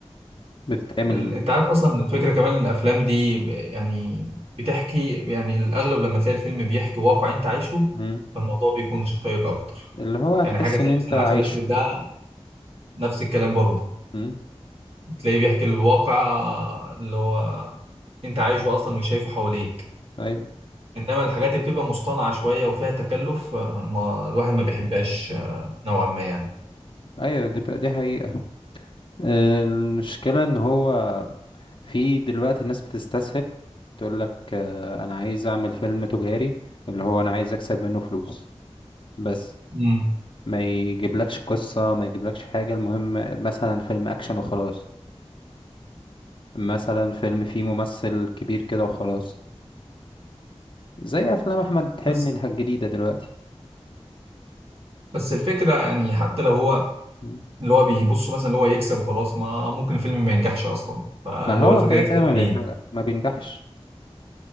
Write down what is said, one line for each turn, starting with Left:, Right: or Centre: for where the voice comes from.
Left: بتتعمل
Right: ال... انت عارف اصلا الفكرة كمان إن الافلام دي ب... يعني بتحكي يعني الاغلب لما تلاقي الفيلم بيحكي واقع انت عايشه
Left: دلوقتي
Right: فالموضوع بيكون شيق اكتر
Left: اللي هو هتحس
Right: يعني حاجة زي
Left: ان انت
Right: مثلا
Left: عايشه
Right: عسل اسود ده نفس الكلام برضه
Left: امم
Right: تلاقيه بيحكي الواقع اللي هو انت عايشه اصلا مش شايفه حواليك
Left: ايوه
Right: انما الحاجات اللي بتبقى مصطنعه شويه وفيها تكلف آه، ما الواحد ما بيحبهاش آه، نوعا ما يعني
Left: ايوه دي بقى دي حقيقة آه، المشكلة ان هو في دلوقتي الناس بتستسهل تقول لك انا عايز اعمل فيلم تجاري اللي هو انا عايز اكسب منه فلوس بس
Right: مم.
Left: ما يجيبلكش قصة ما يجيبلكش حاجة المهم مثلا فيلم اكشن وخلاص مثلا فيلم فيه ممثل كبير كده وخلاص زي افلام احمد حلمي
Right: بس
Left: الجديدة دلوقتي
Right: بس الفكره يعني حتى لو هو
Left: مم.
Right: اللي هو بيبص مثلا اللي هو يكسب وخلاص ما ممكن الفيلم ما ينجحش اصلا فاللي
Left: ما هو
Right: هو الفكره
Left: كده
Right: يكسب
Left: كده ما
Right: منين
Left: بينحقق ما بينجحش